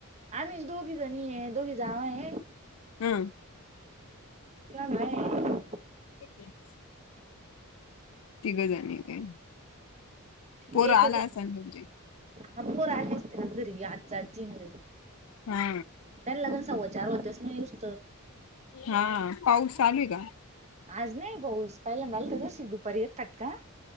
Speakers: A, on the right; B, on the left.
A: आमीच दोघीजणी दोघी जावा आहे.
B: हम्म
A: गाय आहे.
B: हती <inaudible> तिघंजणी काय पोर
A: एक
B: आला
A: एक
B: अस ना तुमजे,
A: हा पोर आली असतील ना घरी आज आजी ना घरी
B: हा.
A: त्याला लगन सव्वाचार वाजल्यास न आहे नुसत
B: हा पाऊस चालू आहे का?
A: आज नाही भाऊस पहिल्यांदाल तझ शिक दुपारी येतातात का?